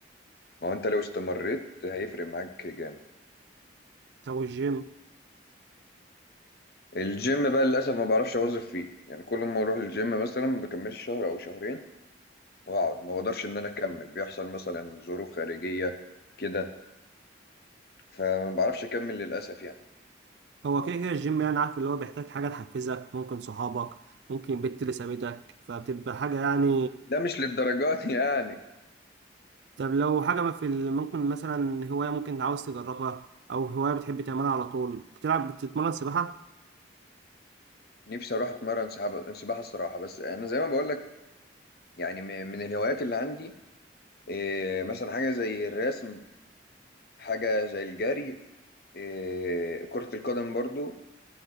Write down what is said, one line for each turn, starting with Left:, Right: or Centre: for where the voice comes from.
Left: ما هو انت لو استمريت هيفرق معاك جامد
Right: طب والجيم؟
Left: الجيم بقى للاسف ما بعرفش اواظب فيه يعني كل ما اروح الجيم مثلا ما بكملش شهر او شهرين واقعد ما بقدرش ان انا اكمل بيحصل مثلا ظروف خارجيه كده فما بعرفش اكمل للاسف يعني
Right: هو كده كده الجيم يعني عارف اللي هو بيحتاج حاجة تحفزك ممكن صحابك ممكن البت اللي سابتك فبتبقى حاجة يعني
Left: ده مش للدرجات <laughs> يعني
Right: طب لو حاجة ما في ال- ممكن مثلا هواية ممكن عاوز تجربها أو هواية بتحب تعملها على طول بتلعب بتتمرن سباحة؟
Left: نفسي اروح اتمرن سحابة- سباحه الصراحه بس انا زي ما بقول لك يعني م- من الهوايات اللي عندي إيه، مثلا حاجه زي الرسم حاجه زي الجري إيه، كره القدم برضو